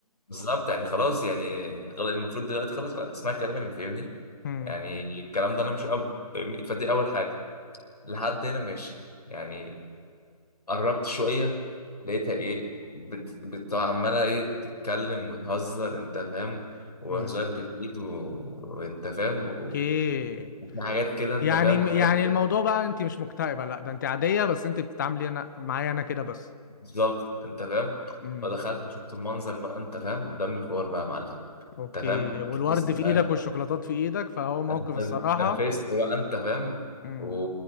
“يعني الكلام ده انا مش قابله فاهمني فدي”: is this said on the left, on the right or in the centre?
Left